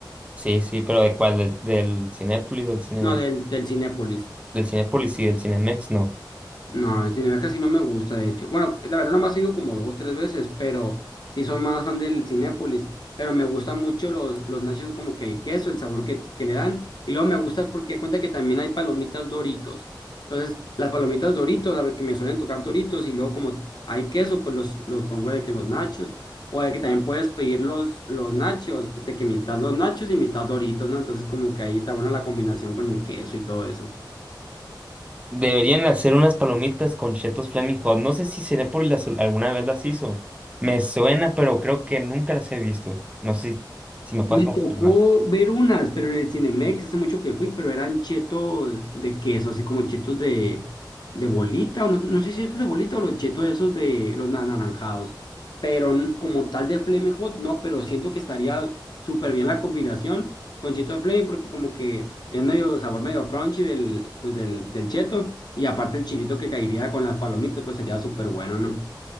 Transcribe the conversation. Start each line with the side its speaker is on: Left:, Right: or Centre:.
Right: Sí, sí, pero ¿de cuál? ¿Del, del Cinépolis, del Cinemex?
Left: No, del, del Cinépolis.
Right: Del Cinépolis y del Cinemex, no.
Left: No, el cine casi no me gusta, de hecho. Bueno, la verdad nomás he ido como dos, tres veces, pero sí soy más fan del Cinépolis. Pero me gustan mucho los, los nachos, como que el queso, el sabor que, que le dan. Y luego me gusta porque cuenta que también hay palomitas Doritos. Entonces, las palomitas Doritos, a ver, que me suelen tocar Doritos, y luego como hay queso, pues los, los pongo de que los nachos. O de que también puedes pedir los, los nachos, de que mitad los nachos y mitad Doritos, ¿no? Entonces, como que ahí está buena la combinación con el queso y todo eso.
Right: Deberían hacer unas palomitas con Cheetos Flaming Hot. No sé si Cinépolis las- alguna vez las hizo. Me suena, pero creo que nunca las he visto. No sé si, si me puedes
Left: Me
Right: confirmar.
Left: tocó ver unas, pero en el Cinemex hace mucho que fui, pero eran chetos de queso, así como chetos de, de bolita, o no, no sé si chetos de bolita o los chetos esos de los anaranjados, pero n- como tal de Flaming Hot, no, pero siento que estaría súper bien la combinación con cheto de Flaming porque como que es medio sabor medio crunchy del, pues del, del cheto y aparte el chilito que caería con las palomitas, pues sería súper bueno, ¿no?